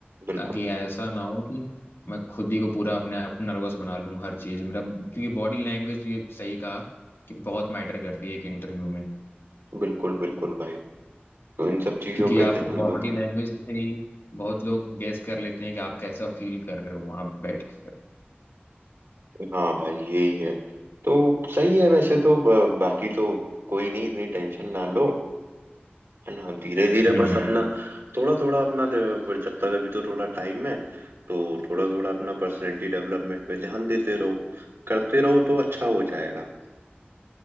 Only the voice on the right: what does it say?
बिल्कुल
बिल्कुल बिल्कुल भाई तो इन सब चीजों
पे
ध्यान
दो
हाँ भाई यही है तो सही है वैसे तो ब- बाकी तो कोई नहीं इतनी टेंशन ना लो है ना धीरे धीरे
बस
अपना थोड़ा थोड़ा अपना द- जब तक अभी तो थोड़ा टाइम है तो थोड़ा थोड़ा अपना पर्सनैलिटी डेवलपमेंट पे ध्यान देते रहो करते रहो तो अच्छा हो जाएगा